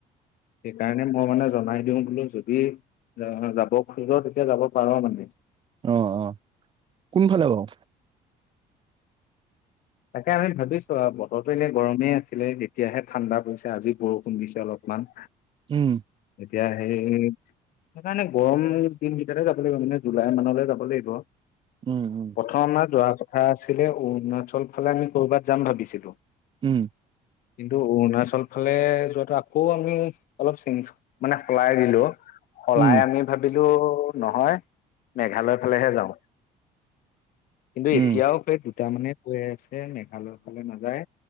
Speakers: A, on the left; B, on the right.
A: সেইকাৰণে মই মানে জনাই দিও বোলো যদি যাব খোজা তেতিয়া যাব পাৰা মানে
B: অ অ কোনফালে বাৰু
A: তাকে আমি ভাবিছো আৰু বতৰো এনে গৰমেই আছিলে এতিয়াহে ঠাণ্ডা পৰিছে আজি বৰষুণ দিছে অলপমান
B: উম
A: এতিয়া সেই সেইকাৰণে গৰম দিন কেইটাতে যাব লাগিব মানে জুলাই মানলৈ যাব লাগিব
B: উম উম
A: প্ৰথম <unintelligible> মই যোৱা কথা আছিলে অৰুণাচল ফালে আমি কৰ'বাত যাম ভাবিছিলো
B: উম
A: কিন্তু অৰুণাচল ফালে যোৱাটো আকৌ আমি অলপ চি মানে সলাই দিলো সলাই
B: উম
A: আমি ভাবিলো তো নহয় মেঘালয় ফালেহে যাওঁ কিন্তু এতিয়াও
B: উম
A: হে তাৰ মানে কৈ আছে। মেঘালয় ফালে নাযায়,